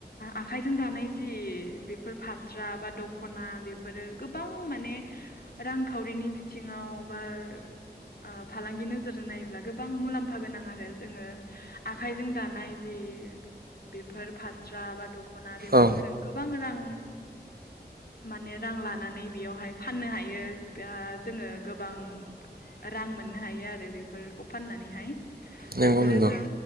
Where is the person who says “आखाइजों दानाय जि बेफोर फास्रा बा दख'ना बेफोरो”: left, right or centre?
Left